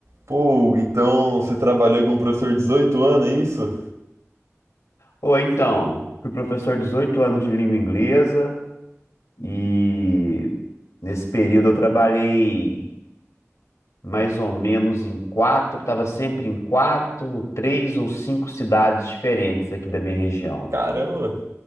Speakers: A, on the right; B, on the left.
A: Pô, Hugo, então você trabalhou com um professor de 18 anos, é isso?
B: Ou então, fui professor 18 anos de língua inglesa e nesse período eu trabalhei mais ou menos em quatro, estava sempre em quatro, três ou cinco cidades diferentes aqui da minha região.
A: Caramba!
B: <laughs>